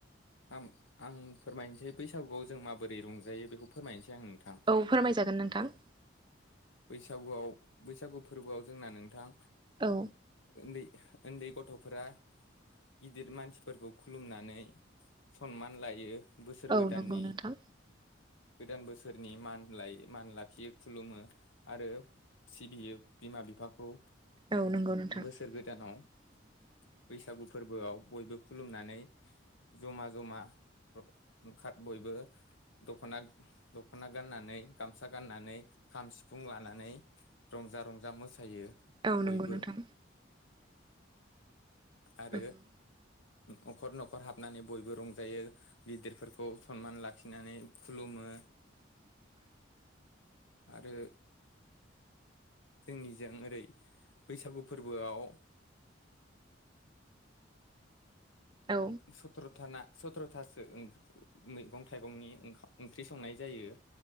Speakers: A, on the left; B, on the right.
A: आ आं फोरमायनोसै बैसागुआव जों माबोरै रंजायो बेखौ फोरमायनोसै। आं नोंथां
B: औ फोरमायजागोन नोंथां।
A: बैसागुआव बैसागु फोरबोआव जोंना नोंथां
B: औ
A: उन्दै उन्दै गथ'फोरा गिदिर मानसिफोरखौ खुलुमनानै सनमान लायो। बोसोर
B: औ
A: गोदाननि।
B: नंगौ नोंथां।
A: गोदान बोसोरनि मान ला मान लाखियो खुलुमो। आरो सिबियो बिमा बिफाखौ
B: औ नंगौ नोंथां
A: बोसोर गोदानाव।
B: <inaudible>
A: बैसागु फोरबोआव बयबो खुलुमनानै जमा जमा ओंखार बयबो दखना दखना गाननानै गामसा गाननानै खाम सिफुं लानानै रंजा रंजा मोसायो
B: औ नंगौ
A: बयबो
B: नोंथां।
A: आरो
B: नंगौ
A: नखर नखर हाबनानै बयबो रंजायो गिदिरफोरखौ सनमान लाखिनानै खुलुम- मो
B: <unintelligible>
A: आरो जोंनिजों ओरै बैसागु फोरबोआव
B: औ
A: सुत्रथाना सथ्रथासो मैगं थाइगंनि ओंखा- ओंख्रि संनाय जायो